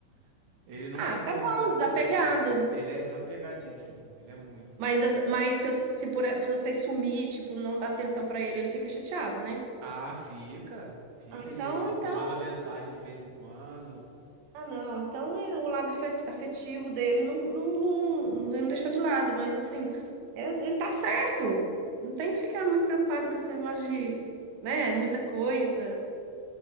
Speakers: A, on the right; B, on the right.
A: Ele nunca
B: Ah,
A: teve
B: tá bom,
A: nada
B: desapegado.
A: de.
B: é.
A: Ele é desapegadíssimo, ele é muito.
B: Mas, eu- mas se, eu- se por, se você sumir, tipo, não dar atenção pra ele, ele fica chateado, né?
A: Ah, fica, fica.
B: Ah, então,
A: Ele, ele
B: então.
A: manda mensagem de vez em quando.
B: Ah, não. Então é, o lado afe- afetivo dele não, não, não, não- ele não deixou de lado, mas assim, é- ele tá certo. Não tem que ficar muito preocupado com esse negócio de, né, muita coisa.